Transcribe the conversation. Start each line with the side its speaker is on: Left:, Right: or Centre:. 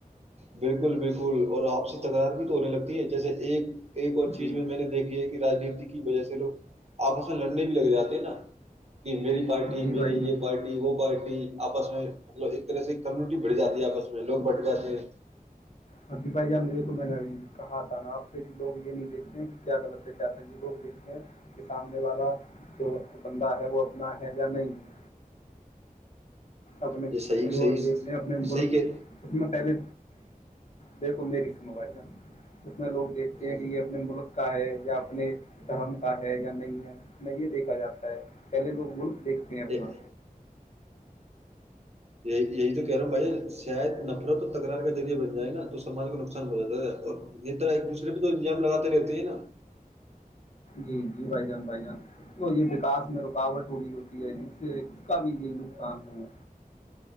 Right: بالکل بالکل اور آپسی تکرار بھی تو ہونے لگتی ہے جیسے ایک ایک اور چیز
Left: جی
Right: میں میں نے دیکھی ہے کہ رجنیتی کی وجہ سے لوگ آپسن لڑنے بھی لگ جاتے نا کہ میری پارٹی
Left: جی
Right: میری
Left: بھائی جان
Right: یہ پارٹی وہ پارٹی آپس میں مطلب ایک طرح سے کمیونٹی بڑھ جاتی ہے آپس میں لوگ بٹ جاتے ہیں
Left: ہاںی بھائی جام میرے کو میں نے آئی کہا تھا نا آپ سے بھی لوگ یہ نہیں دیکھتے ہیں کہ کیا غلط ہے کیاسا یہ لوگ دیکھتے ہیں کہ سامنے والا جو بندہ ہے وہ اپنا ہے یا نہیں ہے اپنے
Right: یہ صحیح
Left: جو
Right: صحیح
Left: دیکھتے ہیں اپنے ملک
Right: صحیح کہ
Left: اس میں پہلے دیکھو میری س موبائل ہے اس میں لوگ دیکھتے
Right: ہوں،
Left: ہیں کہ یہ اپنے ملک کا ہے یا اپنے دھرم کا ہے یا نہیں ہے اس میں یہ دیکھا جاتا ہے پہلے لوگ ملک دیکھتے ہیں اپنا
Right: یہ- یہی یہی تو کہہ رہا ہوں بھائی شاید نفرت اور تکرار کا ذریعہ بن جائے نا تو ساج کو نقصان پہنچاتا ہے اور یہ طرح ایک دوسرے پہ تو انجام لگاتے رہتے ہیں نا
Left: جی جی بھائی جان بھائی جان تو یہ وکاس میں رکاوٹ ہو رہی ہوتی ہے ج سے اس کا بھی یہ نقصان ہو